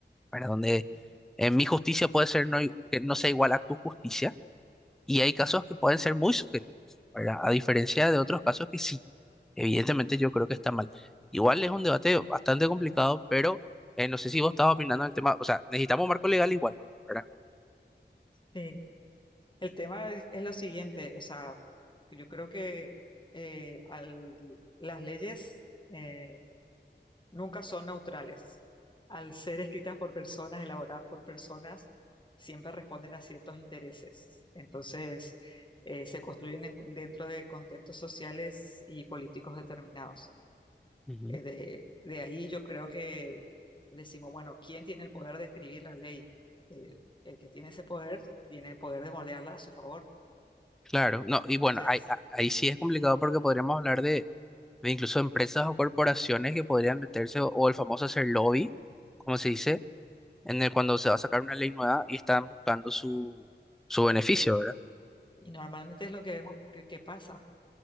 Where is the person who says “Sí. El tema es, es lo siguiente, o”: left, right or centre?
Left